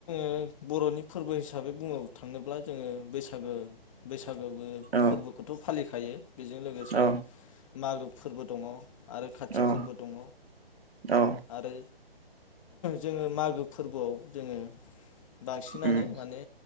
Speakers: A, on the left; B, on the right.
A: ज बर'नि फोरबो हिसाबै बुंनो थाङोब्ला जोङो बैसागो बैसागोबो
B: औ
A: फोर्बोखौथ' फालिखायो बेजों लोगोसे
B: औ
A: मागो फोर्बो दङ आरो खाथि
B: औ
A: फोरबो दङ
B: औ
A: आरो जोङो मागो फोरबोआव जोङो बांसिनानो
B: उम
A: माने